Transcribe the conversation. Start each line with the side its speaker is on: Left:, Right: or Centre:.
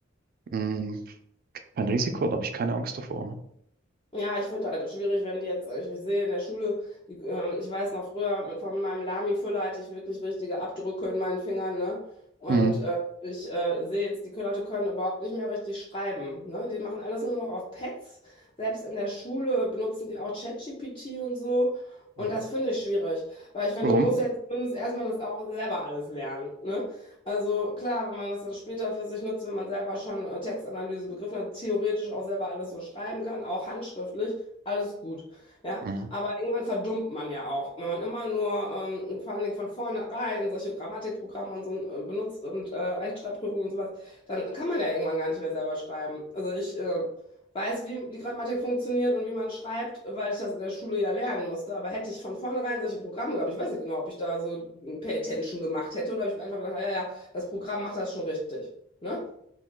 Right: mh, kein Risiko, da habe ich keine Angst davor. Ne?
Left: Ja, ich finde halt schwierig, wenn die jetzt, äh, ich sehe in der Schule, die, ähm, ich weiß noch früher, von meinem Lami-Füller hatte ich wirklich richtige Abdrücke in meinen Fingern, ne? Und
Right: Mhm.
Left: äh, ich äh, sehe jetzt, die Leute können überhaupt nicht mehr richtig schreiben, ne? Die machen alles nur noch auf Pads. Selbst in der Schule benutzen die auch ChatGPT und so.
Right: Mhm.
Left: Und das finde ich schwierig, weil ich finde,
Right: Warum?
Left: du musst jetzt zumindest erstmal das auch selber alles lernen, ne? Also klar, wenn man das dann später für sich nutzt, wenn man selber schon äh, Textanalyse begriffen hat, theoretisch auch selber alles so schreiben kann, auch handschriftlich, alles gut. Ja,
Right: Mhm.
Left: aber irgendwann verdummt man ja auch, wenn man immer nur ähm, vor allen Dingen von vornherein solche Grammatikprogramme und so äh, benutzt und äh, Rechtschreibprüfungen und sowas, dann kann man ja irgendwann gar nicht mehr selber schreiben. Also ich äh, weiß, wie die Grammatik funktioniert und wie man schreibt, weil ich das in der Schule ja lernen musste. Aber hätte ich von vornherein solche Programme gehabt, ich weiß nicht genau, ob ich da so ein Pay Attention gemacht hätte oder ob ich mir einfach gedacht, ah, ja, ja, das Programm macht das schon richtig. Ne?